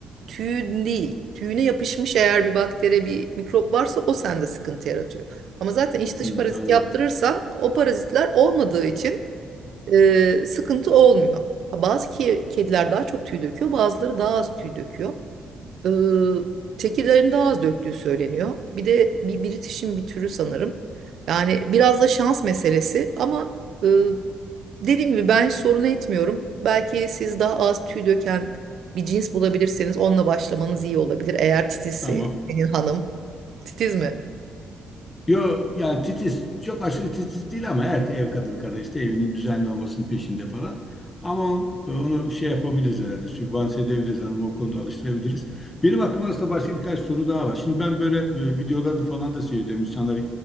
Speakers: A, on the right (about 65°); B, on the left (about 25°).
A: tüyün değil. Tüyüne yapışmış eğer bir bakteri bir mikrop varsa o sende sıkıntı yaratıyor. Ama zaten iç dış
B: Hmm,
A: parazit
B: anladım.
A: yaptırırsan o parazitler olmadığı için e, sıkıntı olmuyor. Ha, Bazı ki, kediler daha çok tüy döküyor, bazıları daha az tüy döküyor. Ee, tekirlerin daha az döktüğü söyleniyor. Bir de bir British'in bir türü sanırım. Yani biraz da şans meselesi ama e, dediğim gibi ben hiç sorun etmiyorum. Belki siz daha az tüy döken bir cins bulabilirseniz onunla başlamanız iyi olabilir. Eğer titizse
B: Tamam.
A: senin hanım. Titiz mi?
B: Yo yani titiz. Çok aşırı titiz değil ama her ev kadını kadar işte evinin düzenli olmasının peşinde falan. Ama e, onu şey yapabiliriz herhalde. Sübvanse edebiliriz. Hanımı o konuda alıştırabiliriz. Benim aklımda aslında başka birkaç soru daha var. Şimdi ben böyle e, videolarda falan da seyrediyorum. İnsanlar